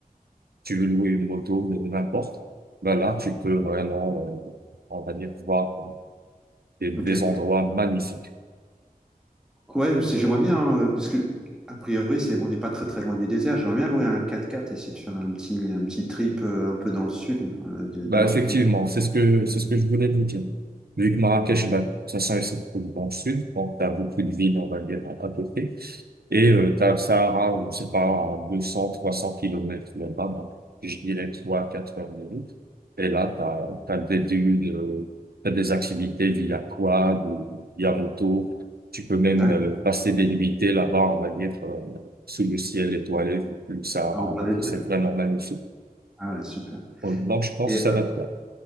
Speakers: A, on the right; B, in the centre.
A: tu veux louer une moto, mais n'importe, ben là, tu peux vraiment, euh, on va dire, voir euh, des, des
B: Ok.
A: endroits magnifiques.
B: Ouais, c'est- j'aimerais bien hein, parce que a priori c'est on n'est pas très très loin du désert. J'aimerais bien louer un 4x4 et essayer de faire un petit un petit trip euh, un peu dans le sud là, euh, de,
A: Bah,
B: de Marrakech.
A: effectivement, c'est ce que, c'est ce que je voulais vous dire. Vu que Marrakech, bah, ça, ça se trouve dans le sud, donc t'as beaucoup de villes, on va dire, à à côté. Et euh, t'as le Sahara, je sais pas, à 200, 300 kilomètres là-bas, donc, je dirais 3 4 heures de route. Et là, t'as, t'as des dunes, euh, t'as des activités via quad, ou via moto. Tu peux même
B: D'accord.
A: euh, passer des nuitées là-bas, on va dire, euh, sous le ciel étoilé, vu que le Sahara,
B: Ah, on prend
A: on va
B: des
A: dire,
B: berges.
A: c'est vraiment magnifique.
B: Ah ouais, super.
A: Donc, je pense
B: Et
A: que ça va
B: euh,
A: être